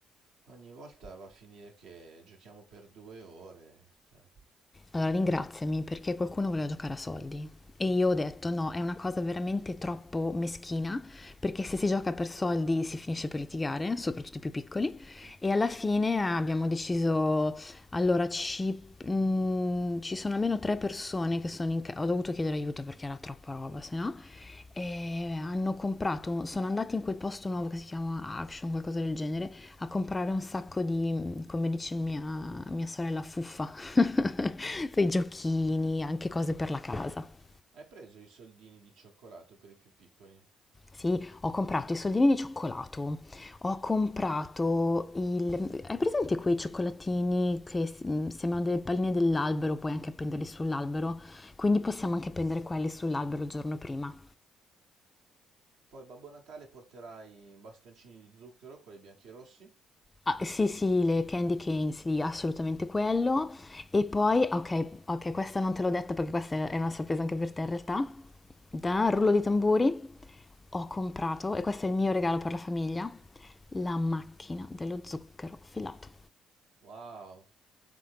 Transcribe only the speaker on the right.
ogni volta va a finire che giochiamo per due ore. cioè.
Ok.
Hai preso i soldini di cioccolato per i più piccoli?
Poi Babbo Natale porterà i bastoncini di zucchero, quelli bianchi e rossi?
Wow,